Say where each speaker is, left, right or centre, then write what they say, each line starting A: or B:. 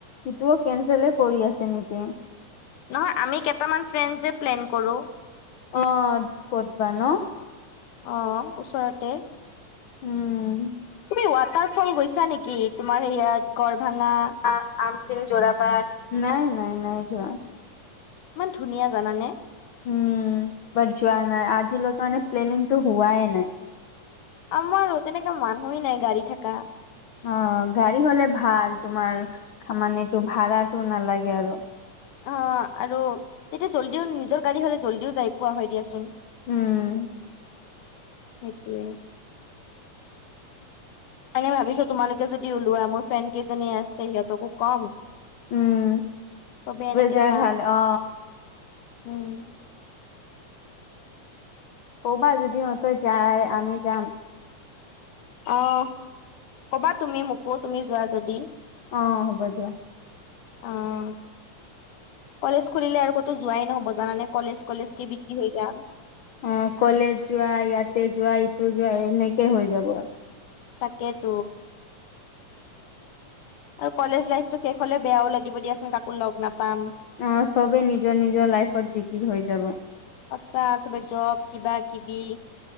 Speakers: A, on the left; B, on the left.
A: সিটোও কেনচলে কৰি আছে নেকি।
B: নহয় আমি কেইটামান ফ্ৰেণ্ডজে প্লেন কৰোঁ।
A: অ ক'দ বা ন।
B: অহ, ওচৰতে।
A: উম।
B: এই ৱাটাৰফল গৈছা নেকি তোমাৰ সৈইয়াত? গৰভাঙা-
A: ঙা, আমছি, যোৰাবাট। নাই নাই, নাই যোৱা।
B: ইমান ধুনীয়া জানানে।
A: উম। বত যোৱা নাই। আজিলৈকে মানে প্লেনিংটো হোৱাই নাই।
B: আমাৰ ৰহ, তেনেকে মানুহে নাই গাড়ী থাকা।
A: অ', গাড়ী হ'লে ভাল, তোমাৰ মানে ভাড়াটো নালাগে আৰু।
B: অহ, আৰু তেতিয়া জল্দিও, নিজৰ গাড়ী হ'লে জল্দিও যাই পোৱা হয় দিয়াচোন।
A: উম।
B: সেইটোৱে। মান ভাবিছোঁ, তোমালোকে যদি ওলোৱা, মোৰ ফ্ৰেণ্ড কেইজনী আছে, সিহঁতকো কম।
A: উম
B: চবে এনেকে
A: যাই
B: যাম।
A: ভাল অ
B: উম।
A: ক'বা, যদি ইহঁতে যায়, আমি যাম।
B: অহ, ক'বা তুমি মোকো। তুমি যোৱা যদি।
A: অহ, হ'ব দিয়া।
B: অহ। কলেজ খুলিলে আৰু ক'তো যোৱাই নহ'ব জানানে। কলেজ কলেজকে বিজি হৈ যাম।
A: অহ, কলেজ যোৱা, ইয়াতে যোৱা, ইটো যোৱা- এনেকে হৈ যাব।
B: তাকেতো। আৰু কলেজ লাইফটো শেষ হ'লে বেয়াও লাগিব দিয়াচোন, কাকো লগ নাপাম।
A: অহ, চবেই নিজৰ নিজৰ লাইফত বিজি হৈ যাব।
B: সঁচা, চবে জব, কিবাকিবি।